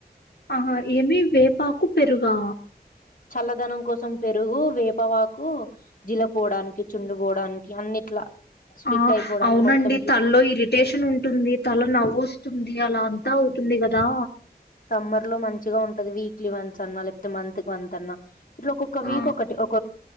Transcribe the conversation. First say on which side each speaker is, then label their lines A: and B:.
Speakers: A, on the left; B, on the left.
A: ఆహా ఏమి వేపాకు పెరుగా
B: చల్లదనం కోసం పెరుగు వేపవాకు జీల పోవడానికి చుండు పోవడానికి అన్నిట్లా స్ప్లిట్
A: ఆ
B: అయిపోవడానికి
A: అవునండి
B: మొత్తం జుట్టు
A: తనలో ఇరిటేషన్ ఉంటుంది తల నవ్్వొస్తు ఉంది అలా అంతా అవుతుంది కదా
B: సమ్మర్ లో మంచిగా ఉంటది వీక్లీ వన్స్ అన్నా లేకపోతే మంత్ కి వన్స్ అన్నా ఇట్లా ఒక్కొక్క వీక్
A: ఆ
B: ఒకటి ఒక